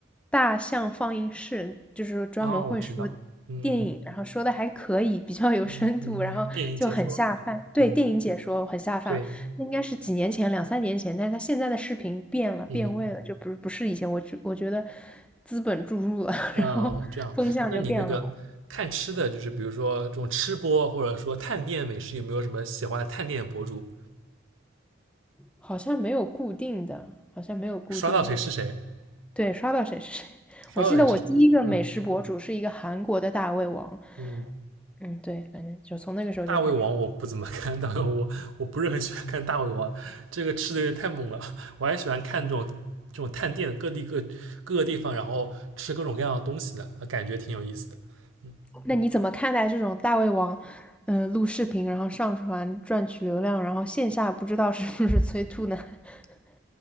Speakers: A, in the centre; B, on the right (about 85°).
A: 大象放映室，就是专门会说
B: 哦，我知道，嗯嗯
A: 电影，然后说的还可以，比较有深度，
B: 嗯嗯，
A: 然后就很下饭。
B: 嗯，电影解说，
A: 对，
B: 嗯，
A: 电影解说很下饭，
B: 对，
A: 那应该是几年前，两三年前，但是他现在的视频变了，变味了，
B: 嗯。
A: 就不是不是以前，我觉我觉得资本注入了，<laughs>
B: 嗯，
A: 然后风向就变了，
B: 这样，那你那个看吃的，就是比如说这种吃播，或者说探店美食，有没有什么喜欢的探店博主？
A: 好像没有固定的，好像没有固定的，
B: 刷到谁是谁？
A: 对，刷到谁是谁。
B: 刷到谁是？
A: 我记得我第一个美食博主是一个韩国的大胃王。
B: 嗯嗯，
A: 嗯，对，反正就从那个时候就开始。
B: 大胃王我不怎么 <laughs> 看，大胃王我我不是很喜欢看大胃王，这个吃的有点太猛了。我还喜欢看这种这种探店的各地各各个地方，然后吃各种各样的东西的，感觉挺有意思的。嗯
A: 那你怎么看待这种大胃王，嗯、录视频然后上传赚取流量，然后线下不知道是不是催吐呢？<laughs>